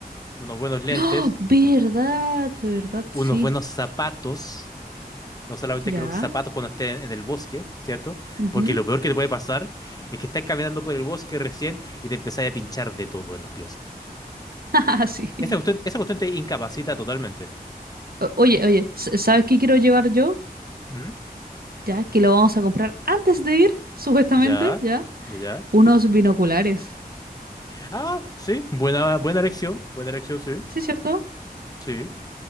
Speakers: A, on the left; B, on the right.
A: unos buenos lentes,
B: ¡Oh, verdad, verdad, sí,
A: unos buenos zapatos. No solamente
B: ya,
A: creo que zapatos cuando estés en el bosque, ¿cierto?
B: ujú.
A: Porque lo peor que te puede pasar es que estás caminando por el bosque recién y te empezás a pinchar de todo en los pies.
B: <laughs> Ajá, sí.
A: Esa cuestión, esa cuestión te incapacita totalmente.
B: O- Oye, oye, s- ¿sabes qué quiero llevar yo?
A: Mm,
B: Ya, que lo vamos a comprar antes de ir, supuestamente,
A: Ya,
B: ya,
A: ya, ya.
B: unos binoculares,
A: Ah, sí, buena, buena elección, buena elección, sí,
B: ¿sí, cierto?
A: sí.